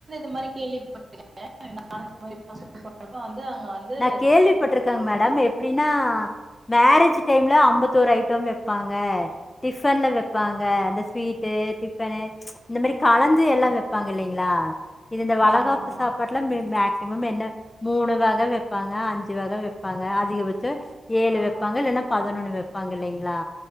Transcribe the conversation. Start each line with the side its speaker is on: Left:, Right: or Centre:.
Right: <unintelligible> வந்து
Left: நான் கேள்விப்பட்டிருக்கேங் மேடம் எப்டின்னா மேரேஜ் டைம்ல அபண்ணி ம்பத்தொரு ஐட்டம் வெப் ப்பாங்க டிஃபன்ல வைப்பாங்க அந்த ஸ்வீட்டு டிஃபனு இந்த மாரி கலந்து எல்லாம் வைப்பாங்க இல்லைங்களா இது இந்த வளகாப்பு
Right: ஆமா ஆமா
Left: சாப்பாட்டுல மேக்சிமம் என்ன மூணு வக வெப் அஞ்சு வக வைப்பாங்க அ அதிகபட்சம் ஏழு
Right: ஆமா
Left: வைப்பாங்க இல்லன்னா பதினொன்னு வைப்பாங்க இல்லைங்களா